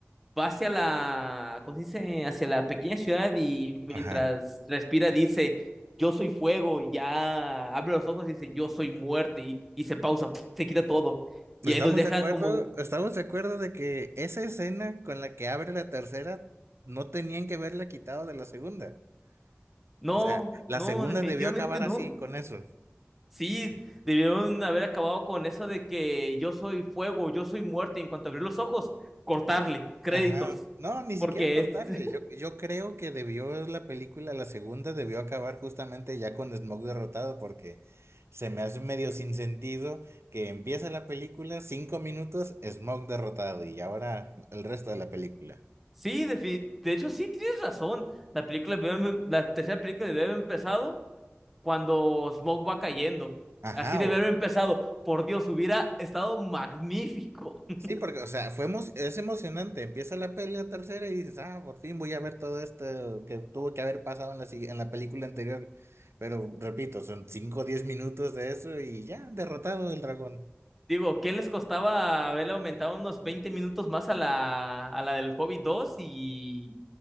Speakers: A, in the centre; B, on the right.
A: Va hacia la, ¿cómo se dice? Hacia la pequeña ciudad y mientras
B: Ajá.
A: respira dice, yo soy fuego, y ya abre los ojos y dice, yo soy muerte y, y se pausa, se quita todo.
B: Pues
A: Y ahí
B: Estamos
A: nos dejan
B: de acuerdo,
A: como,
B: estamos de acuerdo de que esa escena con la que abre la tercera no tenían que verla quitado de la segunda.
A: no,
B: O sea, la
A: no,
B: segunda
A: definitivamente
B: debió acabar
A: no.
B: así con eso.
A: Sí, debieron haber acabado con eso de que yo soy fuego, yo soy muerte. y en cuanto abrir los ojos, cortarle, créditos.
B: Ajá. No, ni siquiera
A: Porque
B: cortarle.
A: es. <laughs>
B: Yo, yo creo que debió la película, la segunda debió acabar justamente ya con Smoke derrotado porque se me hace medio sin sentido que empieza la película, cinco minutos, Smoke derrotado y ahora el resto de la película.
A: Sí, defi- de hecho, sí tienes razón. La película, debe- la tercera película debe haber empezado cuando Smoke va cayendo.
B: Ajá,
A: Así debe
B: o
A: haber empezado. Por Dios, hubiera estado magnífico. <laughs>
B: Sí, porque, o sea, fue emo- es emocionante. Empieza la pelea tercera y dices, ah, por fin voy a ver todo esto que tuvo que haber pasado en la, sigui- en la película anterior. Pero repito, son 5, o 10 minutos de eso y ya, derrotado el dragón.
A: Digo, ¿qué les costaba haberle aumentado unos 20 minutos más a la, a la del Hobby 2 y